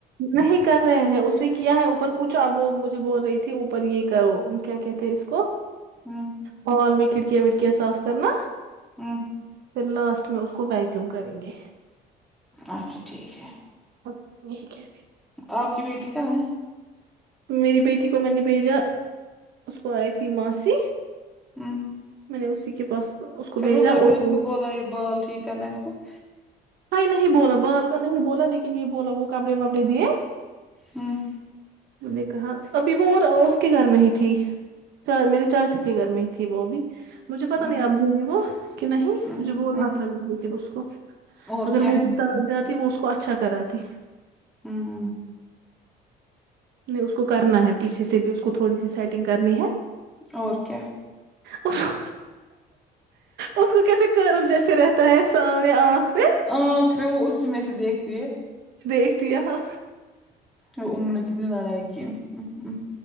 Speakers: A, on the right; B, in the centre.
A: نہیں کر رہے ہیں اس نے کیا ہے اوپر کچھ اب وہ مجھے بول رہی تھی اوپر یہ کرو کیا کہتے ہیں اس کو
B: ہوں
A: مال میں کھڑکیاں وڑکیا صاف کرنا
B: ہوں
A: پھر لاسٹ میں اس کو ویکیوم کریں گے
B: اچھا ٹھیک ہے
A: <unintelligible>
B: آپ کی بیٹی کہاں ہے
A: میری بیٹی کو میں نے بھیجا اس کو آئی تھی ماسی
B: ہوں
A: میں نے اسی کے پاس اس کو بھیجا
B: پھر مت آپ
A: اور
B: نے اس کو بولا یہ بال ٹھیک کرنا ہے اس کو
A: کوئی نہیں بولا بالکنی بولا لیکن یہ بولا وہ کپڑے وپڑے دیے
B: ہمم
A: میں نے کہا ابھی اور وہ اس کے گھر میں ہی تھی میرے چاچو کے گھر میں ہی تھی وہ بھی مجھے پتہ
B: ہوں
A: نہیں اب وہ کہ نہیں
B: ہوں
A: مجھے بولنا
B: ہوں
A: تھا لیکن اس کو
B: اور
A: اگر
B: کیا
A: وہ ترس جاتی وہ اس کو اچھا کراتی
B: ہمم
A: نہیں اس کو کرنا ہے پیچھے سے بھی اس کو تھوڑی سی سیٹنگ کرنی ہے
B: اور کیا
A: اس آ اس کو کیسے کرو جیسے رہتا ہے سامنے آنکھ پہ
B: آ خر وہ اسی میں سے دیکھتی ہے
A: دیکھتی ہے ہاں
B: وہ ان نے اتنی لڑائی کی ہ ہ